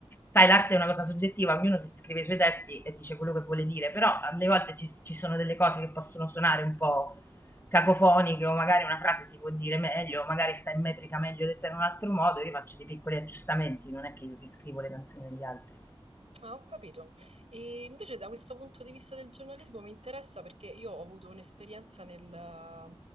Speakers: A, on the left (about 20°); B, on the right (about 85°).
A: sai, l'arte è una cosa soggettiva, ognuno si scrive i suoi testi e dice quello che vuole dire, però alle volte ci, ci sono delle cose che possono suonare un po' cacofoniche o magari una frase si può dire meglio, o magari sta in metrica meglio detta in un altro modo, io faccio dei piccoli aggiustamenti, non è che io riscrivo le canzoni degli altri.
B: Ah, ho capito. E invece da questo punto di vista del giornalismo mi interessa perché io ho avuto un'esperienza nel,